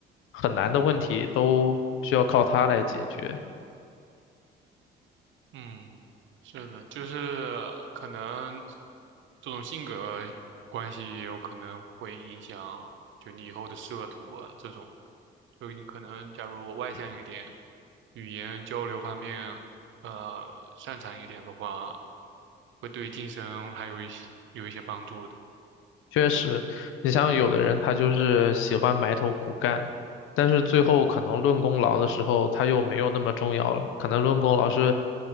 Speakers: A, on the left; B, on the right.
A: 很难的问题都需要靠他来解决。
B: 嗯，是的，就是可能这种性格关系也有可能会影响，就你以后的仕途啊这种。就你可能假如我外向一点，语言交流方面呃擅长一点的话，会对晋升还有一些有一些帮助的。
A: 确实，你像有的人他就是喜欢埋头苦干，但是最后可能论功劳的时候他又没有那么重要了，可能论功劳是